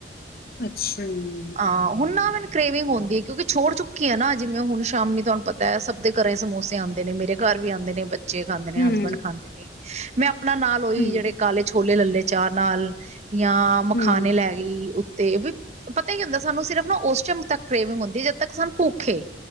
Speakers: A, on the left (about 55°); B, on the right (about 35°).
A: ਅੱਛਾ। ਜੀ।
B: ਹਾਂ ਹੁਣ ਨਾ ਮੈਨ ਕ੍ਰੇਵਿੰਗ ਹੁੰਦੀ ਹੈ ਕਿਉਂਕਿ ਛੋੜ ਚੁੱਕੀ ਹੈ ਨਾ, ਜਿਵੇਂ ਹੁਣ ਸ਼ਾਮੀ ਤੁਹਾਨੂੰ ਪਤਾ ਸਭ ਦੇ ਘਰਾਂ ਚ ਸਮੋਸੇ ਆਉਂਦੇ ਨੇ, ਮੇਰੇ ਘਰ ਵੀ ਆਉਂਦੇ ਨੇ, ਬੱਚੇ ਖਾਂਦੇ ਨੇ,
A: ਹੂੰ,
B: ਹਸਬੈਂਡ ਖਾਂਦੇ ਨੇ। ਮੈਂ ਆਪਣਾ ਨਾਲ ਉਹੀ
A: ਹੂੰ,
B: ਜਿਹੜੇ ਕਾਲ ਛੋਲ ਛੋਲੇ ਲੱਲੇ ਚਾਹ ਨਾਲ ਜਾਂ ਮਖਾਣੇ
A: ਹੂੰ,
B: ਲੈ ਗਈ ਉੱਤੇ। ਵਈ ਪਤਾ ਕਿ ਹੁੰਦਾ, ਸਾਨੂੰ ਸਿਰਫ ਨਾ ਉਸ ਟਾਈਮ ਤੱਕ ਕ੍ਰੇਵਿੰਗ ਹੁੰਦੀ ਏ, ਜਦ ਤੱਕ ਸਾਨੂੰ ਭੁਖ ਏ।